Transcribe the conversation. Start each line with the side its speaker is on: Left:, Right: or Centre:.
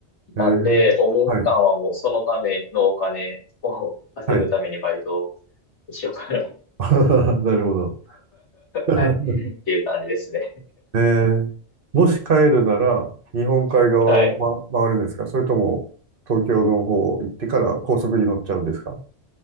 Left: なんで、
Right: えー。
Left: お盆期間はもうそのためのお金を
Right: はい。
Left: <laughs> 稼ぐためにバイト
Right: はい。
Left: にしようかな
Right: <laughs> なるほど。<laughs>
Left: はい。っていう感じですね。
Right: えー。もし帰るなら、日本海側を、
Left: はい。
Right: ま、回るんですかそれとも、東京の方行ってから高速に乗っちゃうんですか